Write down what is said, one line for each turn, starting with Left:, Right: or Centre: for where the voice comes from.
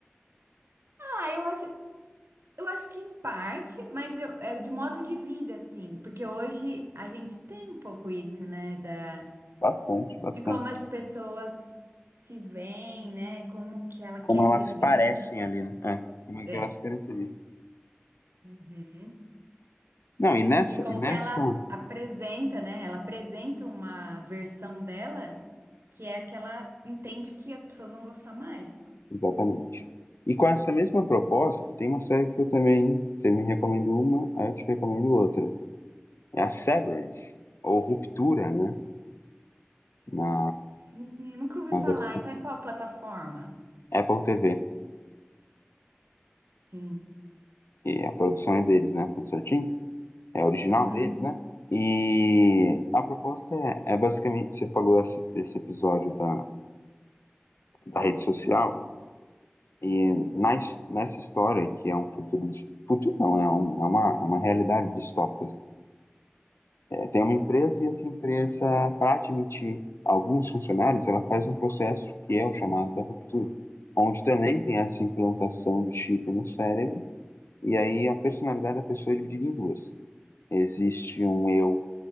Right: Ah, eu acho, eu acho que em parte, mas eu- é de modo de vida, assim, porque hoje a gente tem um pouco isso, né, da,
Left: Bastante, bastante.
Right: de como as pessoas se veem, né, como que ela
Left: Como
Right: quer ser
Left: elas
Right: vista.
Left: parecem ali, né? É, como é
Right: É.
Left: que elas querem ser vistas.
Right: Uhum.
Left: Não, e nessa,
Right: E de como
Left: e nessa
Right: que ela apresenta, né? Ela apresenta uma versão dela que é a que ela entende que as pessoas vão gostar mais.
Left: Exatamente.
Right: né?
Left: E com essa mesma proposta, tem uma série que eu também, você me recomendou uma, aí eu te recomendo outra. É a Severance, ou Ruptura, né? Na,
Right: Sim, nunca ouvi
Left: na
Right: falar.
Left: versão
Right: E tá em qual plataforma?
Left: Apple TV.
Right: Sim.
Left: E a produção é deles, né? Tudo certinho? É original
Right: Uhum.
Left: deles, né? E a proposta é, é basicamente, você falou esse, esse episódio da, da rede social, e na, his- nessa história, que é um futuro, dis- futuro não, é, um, é, uma, é uma realidade distópica, É, tem uma empresa e essa empresa, para admitir alguns funcionários, ela faz um processo que é o chamado da ruptura, onde também tem essa implantação de chip no cérebro, e aí a personalidade da pessoa é dividida em duas. Existe um eu